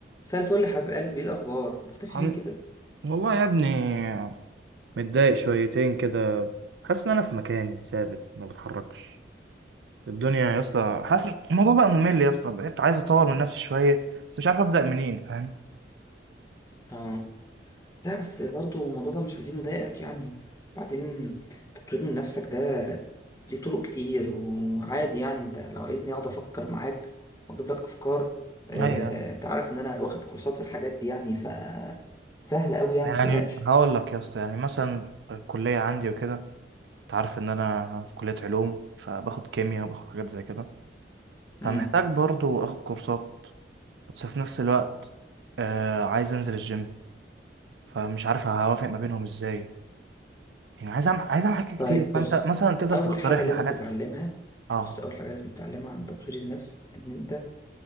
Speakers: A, on the left; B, on the right.
A: مساء الفل يا حبيب قلبي ايه الاخبار مختفي
B: الحمد
A: فين كده
B: والله يا ابني متضايق شويتين كده حاسس ان انا في مكاني ثابت ما بتحركش الدنيا يا اسطى حاسس الموضوع بقى ممل يا اسطى بقيت عايز اطور من نفسي شويه بس مش عارف ابدا منين فاهم
A: اه لا بس برضو الموضوع ده مش عايزين نضايقك يعني بعدين تطوير من نفسك ده ليه طرق كتير وعادي يعني انت لو عايزني اقعد افكر معاك واجيب لك افكار آه،
B: ايوه
A: انت عارف ان انا واخد كورسات في الحاجات دي يعني ف سهله قوي يعني
B: يعني
A: ما تقلقش
B: هقول لك يا اسطى يعني مثلا الكليه عندي وكده انت عارف ان انا في كليه علوم فباخد كيمياء وباخد حاجات زي كده
A: امم
B: فمحتاج برضو اخد كورسات بس في نفس الوقت آه عايز انزل الجيم فمش عارف هوافق ما بينهم ازاي يعني عايز أعمل عايز أعمل حاجات كتير
A: طيب بص
B: فأنت مثلا تقدر
A: اول
B: تقترح
A: حاجه لازم
B: لي حاجات
A: تتعلمها
B: أه
A: بص اول حاجه لازم تتعلمها عن تطوير النفس ان انت